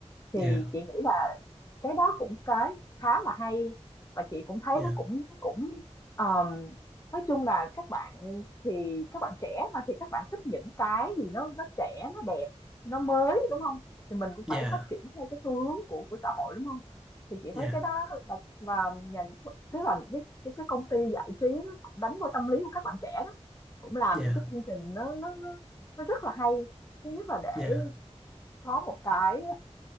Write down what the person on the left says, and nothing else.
Thì
chị nghĩ là cái đó cũng cái khá là hay và chị cũng thấy
nó cũng cũng ờm, nói chung là các bạn thì các bạn trẻ mà thì các bạn thích những cái gì nó nó trẻ nó đẹp nó mới đúng không thì mình cũng phải
phát triển theo cái xu hướng của của xã hội đúng không thì chị
thấy cái đó là và nhà nước- tức là những cái cái, cái công ty giải trí nó cũng đánh vô tâm lý của các bạn trẻ đó cũng làm
những cái chương trình nó nó nó, nó rất là hay thứ nhất là để
có một cái